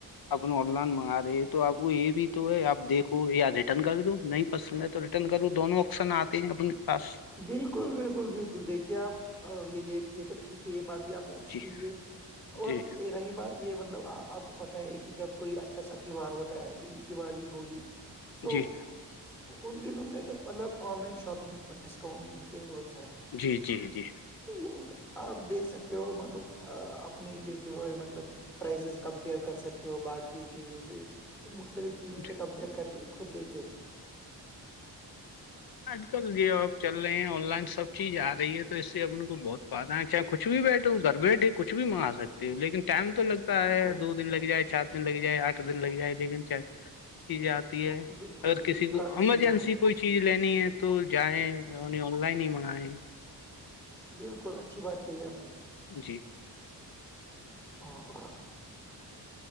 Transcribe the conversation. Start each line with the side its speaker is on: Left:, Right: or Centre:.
Left: اپ آن لائن منگا رہے ہیں تو آپ کو یہ بھی تو ہے آپ دیکھو یا ریٹرن کا بھی تو نہیں پسند ہے تو رٹرن کروں دونوں آپشن آتے ہیں اپنے پس
Centre: بالکل بالکل بالکل دیکھیے آپ یہ یہ یہ تو ٹھیک ہے یہ بات بھی آپ نے
Left: جی
Centre: اچھی کہی ہے
Left: جی
Centre: اور یہ رہی بات یہ مطلب آپ کو پتہ ہے کہ جب کوئی اچھا سا تہوار ہوتا ہے عید دیوالی ہولی تو
Left: جی
Centre: ان دنوں میں مطلب آن لائن شاپنگ پر ڈسک <unintelligible> اسکاؤنٹ ملتے ہے بہت سارے
Left: جی جی جی
Centre: تو یہ آپ دیکھ سکتے ہو مطلب اپنے یہ جو ہے مطلب پرائزز کمپیئر کر سکتے ہو باقی چیزوں سے <unintelligible> تو مختلف چیزوں
Left: جی
Centre: سے کمپیئر کر کے خود لیتے ہیں
Left: آج کل یہ آپ چل رہے ہیں آن لائن سب چیز آ رہی ہے تو اس سے ل کو بہت فدا ہےچ کچھ بھی بیٹھے ہ گھر بیٹھے کچھ بھی منگا سکتے ہو لیکن ٹائم تو لگتا
Centre: بالکل
Left: ہے دو دن لگ جائے چار دن لگ جائے آٹھ دن لگ جائے دیک دن چائے چیز آتی ہے
Centre: بالکل
Left: اگر
Centre: بالکل
Left: کسی کو
Centre: کافی
Left: ایمرجنسی
Centre: صحیح بولا
Left: کوئی چیز لینی ہے تو جائیں آن لائن ہی منگائےیں
Centre: بالکل اچھی بات کہی آپ نے
Left: جی
Centre: ہاں <inaudible>